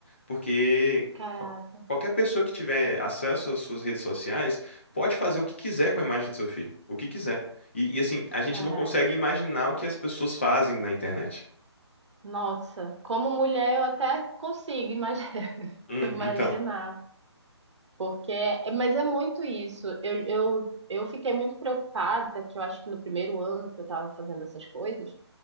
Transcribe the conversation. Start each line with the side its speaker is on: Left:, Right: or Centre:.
Left: Porque
Right: Caraca,
Left: qual- qualquer pessoa que tiver acesso às suas redes sociais pode fazer o que quiser com a imagem do seu filho, o que quiser. E, e, assim, a gente
Right: caraca.
Left: não consegue imaginar o que as pessoas fazem na internet.
Right: Nossa, como mulher eu até consigo imaginar, <laughs>
Left: Hum,
Right: imaginar.
Left: então.
Right: Porque, é- mas é muito isso. Eu, eu, eu fiquei muito preocupada, que eu acho que no primeiro ano que eu estava fazendo essas coisas,